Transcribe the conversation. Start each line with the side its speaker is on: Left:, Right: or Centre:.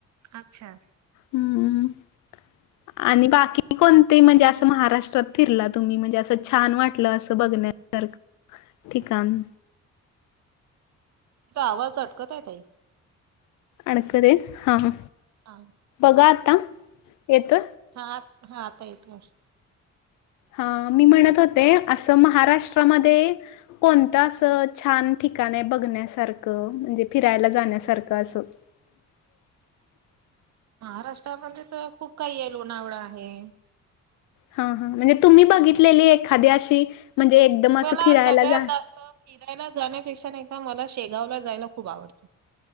Right: अच्छा!
Left: हम्मम् आणि बाकी कोणते म्हणजे असं महाराष्ट्रात फिरला तुम्ही? म्हणजे असं छान वाटलं, अस बघ- स ठिकाण
Right: तुमचा आवाज अटकत आहे तई.
Left: अडखर हा हा
Right: हा
Left: आता येतो
Right: हा, हा आता येतोय.
Left: हा! मी म्हणत होते असं महाराष्ट्रामध्ये कोणत असं छान- ठिकाण बघण्यासारखं म्हणजे फिरायला जाण्यासारखं असं? <unintelligible>
Right: महाराष्ट्रामध्ये तर खूप काही आहे लोणावळा आहे.
Left: हा, हा! म्हणजे तुम्ही बघितलेली एखादी अशी म्हणजे एकदम असं
Right: मला
Left: फिरायला
Right: सगळ्यात
Left: जा-
Right: जास्त फिरायला जाण्यापेक्षा, नाही का.... मला शेगावला जायला खूप आवडतं.